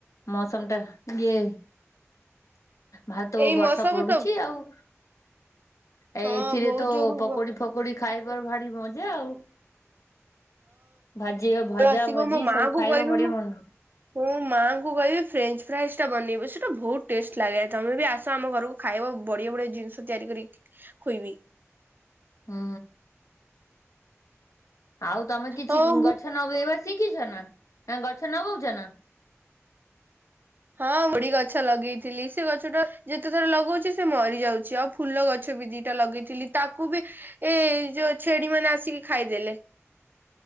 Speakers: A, on the left (about 85°); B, on the right (about 40°).
A: ମୌସମ ଟା କିଏ? ଭାରାତ
B: ଏଇ
A: ବର୍ଷା
B: ମସବୁ
A: ପଡୁଛି
B: ସବୁ
A: ଆଉ ଏଇଥିରେ
B: ହଁ ବହୁତ
A: ତ
B: ଜୋରୁ
A: ପକୋଡି,
B: ହଁ
A: ଫକୋଡି ଖାଇବାର ଭାରି ମଜା ଆଉ ଭାଜି ଭଜା
B: ଏବେ ଆସିବ
A: ଭଜି
B: ମୋ ମାଆଙ୍କୁ
A: ସବୁ ଖାଇବା
B: କହିବି
A: ବଢିଆ ମନ
B: ମୁଁ ମାଆଙ୍କୁ କହିବି ଫ୍ରେଞ୍ଚ ଫ୍ରାଇଜ ଟା ବନେଇବ ସେଇଟା ବହୁତ ଟେଷ୍ଟ ଲାଗେ ତମେ ବି ଆସ ଆମ ଘରକୁ ଖାଇବା ବଢିଆ, ବଢିଆ ଜିନିଷ ତିଆରି କରି ଖୋଇବି।
A: ହୁଁ ଆଉ ତମେ କିଛି
B: ହଁ
A: ଗ
B: ମୁଁ
A: ଗଛ ନଗେଇବା ଶିଖିଛ ନା ଗଛ ନଗଉଛ ନା?
B: ହଁ ଖୁଡି ଗଛ ଲଗେଇଥିଲି ସେ ଗଛ ଟା ଯେତେଥର ଲଗଉଛି ସେ ମରି ଯାଉଛି। ଫୁଲ ଗଛ ବି ଦିଟା ଲଗେଇଥିଲି। ତାକୁ ବି ଏ ଯୋଉ ଛେଳି ମାନେ ଆସିକି ଖାଇଦେଲେ।